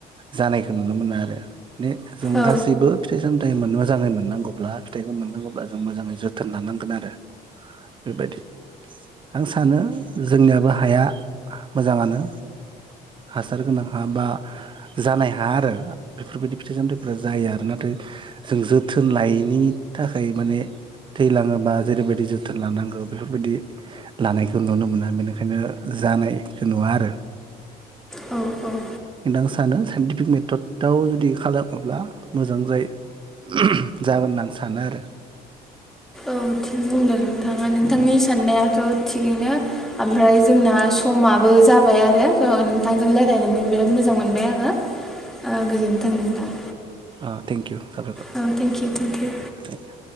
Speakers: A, on the right (about 30°); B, in the centre.
A: जानायखौ नुनो मोनो आरो माने जों
B: औ
A: गासैबो फिथाइ सामथाइ मोनो मोजाङै मोननांगौब्ला फिथाइखौ मोननांगौब्ला जों मोजाङै जोथोन लानांगोन आरो बे बायदि आं सानो जोंनियाबो हाया मोजाङानो हासार गोनां हा बा जानाय हा आरो बेफोरबायदि फिथाइ सामथाइ फोरा जायो आरो नाथाय जों जोथोन लायैनि थाखाय माने थैलाङोबा जेरैबा जोथोन लानांगौ बेफोरबायदि लानायखौ नुनो मोना बेनिखायनो जानायखौ नुवा आरो
B: औ औ
A: <unintelligible> आं सानो साइन्टिफिक मेथदआव जुदि खालामोब्ला मोजां जायो उह जागोन होनना आं सानो आरो
B: औ थिग बुंदों नोंथाङा
A: आरो
B: नोंथांनि साननायाथ' थिगैनो ओमफ्राय जोंना समा बो जाबाय आरो स' नोंथांजों रायजलायनानै बिराद मोजां मोनबाय आङो ओ गोजोन्थों नोंथां
A: अ थेंक इउ साबायखर
B: औ थेंकिउ थेंकिउ
A: थेंक इउ